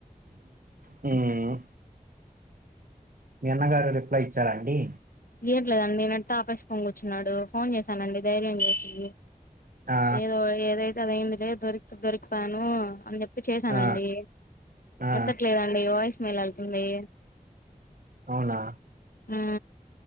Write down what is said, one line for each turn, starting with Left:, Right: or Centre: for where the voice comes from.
Right: హుమ్ మీ అ న్నగారు రిప్లై ఇచ్చారండి
Left: చేయట్లేదుం నెట్ ఆ పేసి కూర్చున్నాడు ఫోన్ చేశానండి ధైర్యం చేసి
Right: ఆ!
Left: ఏదో ఏదైతే అదైందిలే దొరికి దొరికిపాను అని చె చేశానండి
Right: ఆ! ఆ!
Left: ఎత్తట్లేదండి వాయిస్ మెల్ వెళ్తుంది
Right: అవునా
Left: హు